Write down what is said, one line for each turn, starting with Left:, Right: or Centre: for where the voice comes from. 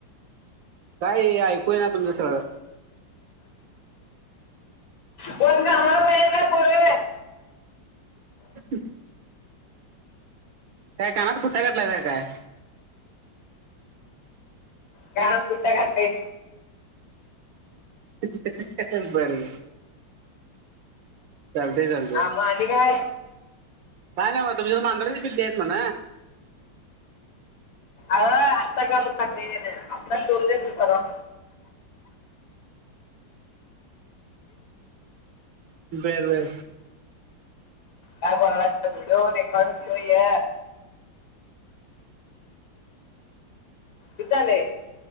Right: काय ऐकूय ना तुमंच सगळं.
Left: कोण कामाला पाहिजे का पोरं.
Right: ह काय कानात खुट्टा घातलास का काय?
Left: काय कुट्ट घातलंय.
Right: बर बरं. चालतंय चालतंय.
Left: हां म आणि काय
Right: काय नाही म तुमच्यात मांजराची पिली आहेत म्हण.
Left: आर आत्ता गाब घातलंय तेन आता थोड्या <unintelligible> परवा
Right: बर बर.
Left: काय बोला व्हिडिओ रेकॉर्डय. यधले